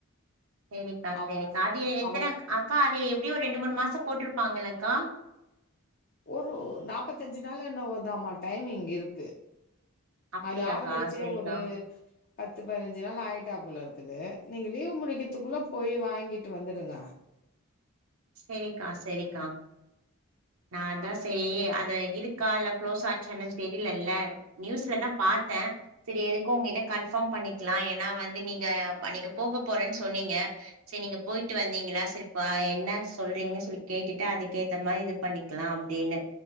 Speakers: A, on the right (about 80°); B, on the left (about 45°).
A: செரிக்கா
B: அவ
A: செரிக்கா அது எத்தனை
B: அவ க
A: அக்கா அது எப்டியு ஒரு ரெண்டு மூணு மாசோ போட்டுரு பாங்களகா
B: ஒரு நாப்பத்தி அஞ்சு நாள் என்னவோதாம டைமிங் இருக்கு
A: அப்டியாக்கா
B: அது ஆரபிச்சே
A: சரிக்கா
B: ஒரு பத்து பதினஞ்சி நாள் ஆயிட்டாப்புல இருக் க்குது நீங்க லீவ் முடிக்குறதுக்குள்ள போய் வாங்கிட்டு வந்துடுங்க
A: செரிக்கா செரிக்கா நா அதா செரி அத இருக்கா இல்ல கு்ளோஸ் ஆச்சேன்னு தெரிலல நியூஸ்லதா பாத்த செரி எதுகொ உங்ககிட்ட கன்ஃபாம் பண்ணிகலா ஏன்னா வந்து நீங்க அன்னைக்கி போக போறன்னு சொன்னீங்க செரி நீங்க போயிட்டு வந்தீங்களா செரிப் என்ன சொல்றீங்கன்னு சொல்லி கேட்டுட்டு அதுகேத்த மாரி இது பண்ணிகலா அப்டின்னு